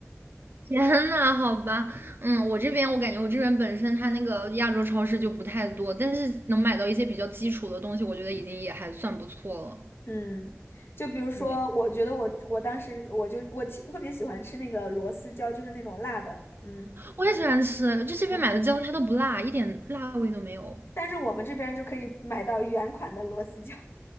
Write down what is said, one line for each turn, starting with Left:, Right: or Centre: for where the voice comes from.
Right: <laughs> 天呐，好吧，嗯，我这边我感觉我这边本身它那个亚洲超市就不太多，但是能买到一些比较基础的东西，我觉得已经也还算不错了。
Left: 嗯，就比如说，
Right: 对，
Left: 我觉得我我当时我就我其特别喜欢吃那个螺丝椒，就是那种辣的。嗯
Right: 我也喜欢吃，就这边买的椒它都不辣，
Left: 嗯，
Right: 一点辣味都没有。
Left: 但是我们这边就可以买到原款的螺丝椒，